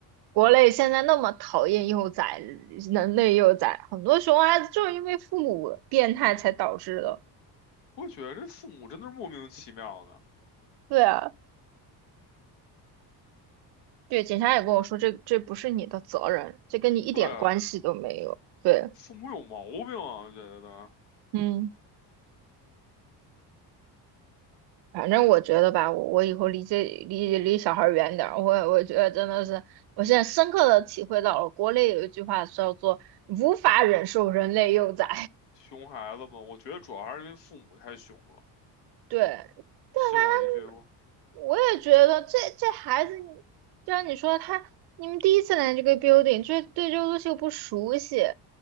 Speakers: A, on the right; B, on the left.
A: 国内现在那么讨厌幼崽，人类幼崽，很多熊孩子就是因为父母变态才导致的。
B: 我也觉得这父母真的是莫名其妙的。
A: 对啊，对，警察也跟我说，这这不是你的责任，这跟你一点关系都没有。
B: 对啊，
A: 对，
B: 父母有毛病啊，我觉得
A: 嗯。反正我觉得吧，我我以后离这离离小孩儿远点儿。我我觉得真的是，我现在深刻的体会到了，国内有一句话叫做“无法忍受人类幼崽”。
B: 熊孩子嘛，我觉得主要还是因为父母太熊了。
A: 对，但凡，
B: 信我一句吧，
A: 我也觉得这这孩子，你就像你说他，你们第一次来这个 building，这对这个东西又不熟悉，